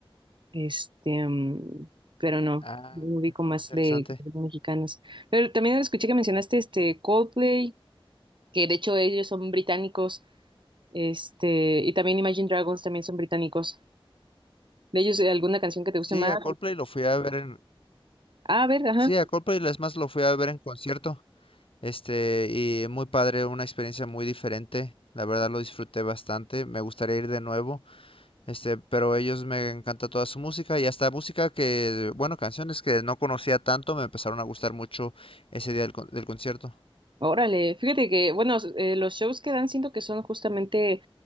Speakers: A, on the right; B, on the left.
A: Este, mm, pero no,
B: Ah,
A: no ubico más
B: interesante.
A: de, de mexicanos. Pero también escuché que mencionaste este Coldplay, que de hecho ellos son británicos, este, y también Imagine Dragons también son británicos. ¿De ellos eh, alguna canción que te guste
B: Sí,
A: más?
B: a Coldplay lo fui a ver en...
A: Ah, a ver, ajá.
B: Sí, a Coldplay es más lo fui a ver en concierto. Este, y muy padre, una experiencia muy diferente. La verdad lo disfruté bastante. Me gustaría ir de nuevo. Este, pero ellos me encanta toda su música y hasta música que, bueno, canciones que no conocía tanto me empezaron a gustar mucho ese día del, con- del concierto.
A: Órale, fíjate que, bueno, s- eh, los shows que dan siento que son justamente